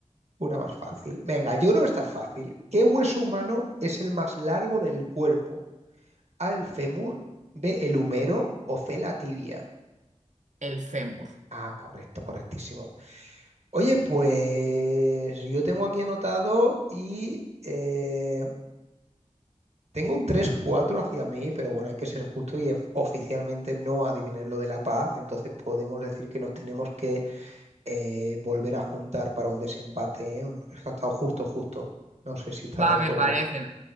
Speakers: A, on the right; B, on the right.
A: una más fácil. Venga, yo creo que está fácil. ¿Qué hueso humano es el más largo del cuerpo? A, el fémur, B, el húmero o C, la tibia.
B: El fémur.
A: Ah, correcto, correctísimo. Oye, pues yo tengo aquí anotado y eh, tengo un tres cuatro hacia mí, pero bueno, hay que ser justo y of- oficialmente no adiviné lo de la paz, entonces podemos decir que nos tenemos que eh, volver a juntar para un desempate, ¿eh? Porque es que ha estado justo, justo. No sé si estás
B: Va,
A: de acuerdo.
B: me parece.